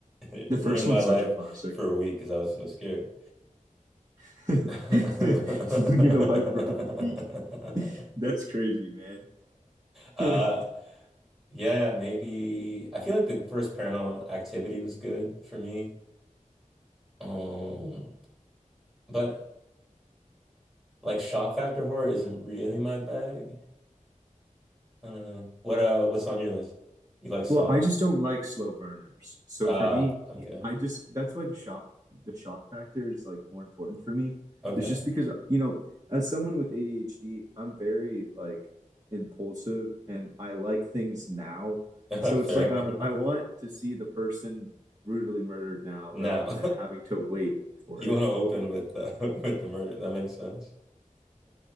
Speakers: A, in the centre; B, on the right.
A: and it
B: The
A: ruined
B: first
A: my
B: one's
A: life
B: such a classic.
A: for a week because I was so scared.
B: <laughs>
A: <laughs>
B: Your life for a week. <laughs> That's crazy, man.
A: Uh
B: <laughs>
A: yeah, yeah, maybe I feel like the first Paranormal Activity was good for me. Um But like shock factor horror isn't really my bag. I don't know. What uh what's on your list? You like Saw?
B: Well, I just don't like slow burners. So
A: Ah,
B: for me,
A: okay.
B: I just that's why the shock the shock factor is like more important for me.
A: Okay.
B: It's just because you know, as someone with ADHD, I'm very like impulsive and I like things now.
A: <laughs>
B: So
A: Fair.
B: it's like I I want to see the person brutally murdered now
A: No.
B: rather
A: <laughs>
B: than having to wait for
A: You
B: it.
A: want to open with uh, <laughs> with the murder. That makes sense.